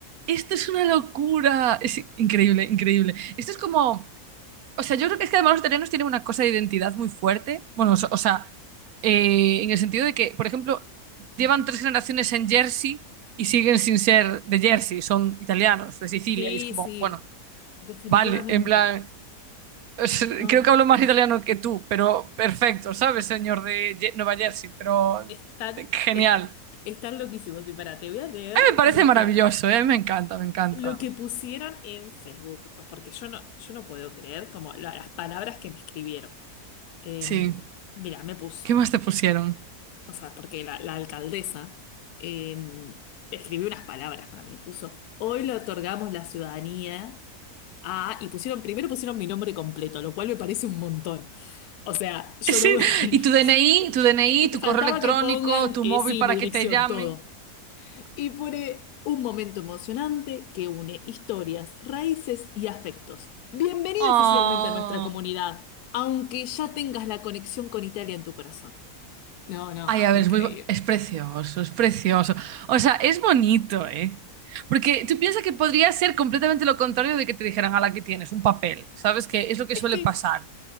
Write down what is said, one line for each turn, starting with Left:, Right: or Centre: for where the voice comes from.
Right: Esto es una locura. Es increíble, increíble. Esto es como... O sea, yo creo que es que además los italianos tienen una cosa de identidad muy fuerte. Bueno, o o sea, eh, en el sentido de que, por ejemplo, llevan tres generaciones en Jersey y siguen sin ser de Jersey, son italianos, de Sicilia,
Left: Sí,
Right: y es como,
Left: sí,
Right: bueno,
Left: definitivamente.
Right: vale, en plan, es-
Left: No,
Right: creo
Left: no.
Right: que hablo más italiano que tú, pero perfecto, ¿sabes, señor de Ye- Nueva Jersey? Pero
Left: Están,
Right: de- genial.
Left: es- están loquísimos. Y para, te voy a leer
Right: Me parece
Left: lo
Right: maravilloso,
Left: que,
Right: ¿eh? Me encanta, me encanta.
Left: lo que pusieron en Facebook, porque yo no, yo no puedo creer como la- las palabras que me escribieron. Eh,
Right: Sí.
Left: mira, me puso,
Right: ¿Qué más te pusieron?
Left: o sea, porque la, la alcaldesa eh, escribió unas palabras para mí, puso, hoy le otorgamos la ciudadanía a, y pusieron, primero pusieron mi nombre completo, lo cual me parece un montón. O sea, yo
Right: Sí,
Left: no... <laughs>
Right: Y tu DNI, tu DNI, tu
Left: Faltaba
Right: correo electrónico,
Left: que pongan,
Right: tu
Left: eh,
Right: móvil
Left: sí,
Right: para
Left: mi dirección,
Right: que te llamen.
Left: todo. Y pone un momento emocionante que une historias, raíces y afectos. Bienvenido
Right: Oh.
Left: oficialmente a nuestra comunidad, aunque ya tengas la conexión con Italia en tu corazón. No, no,
Right: Ay, a
Left: increíble.
Right: ver, es muy, bo- es precioso, es precioso. O sea, es bonito, ¿eh? Porque tú piensas que podría ser completamente lo contrario de que te dijeran, a la que tienes, un papel. ¿Sabes? Que es lo que
Left: Es
Right: suele
Left: que,
Right: pasar.